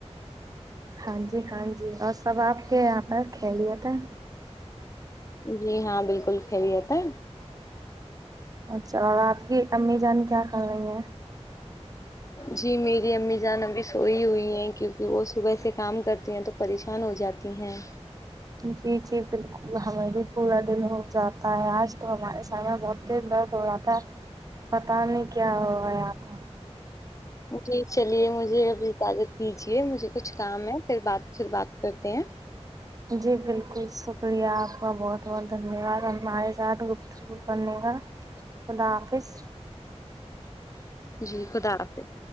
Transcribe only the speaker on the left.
جی ہاں بالکل خیریت رہتا ہے
جی میری امی جان ابھی سوئی ہوئی ہیں کیونکہ وہ صبح سے کام کرتی ہیں تو پریشان ہو جاتی ہیں
ج چلیے مجھے اب اجازت دیجیے مجھے کچھ کام ہے پھر بات پھر بات کرتے ہیں
جی خدا حافظ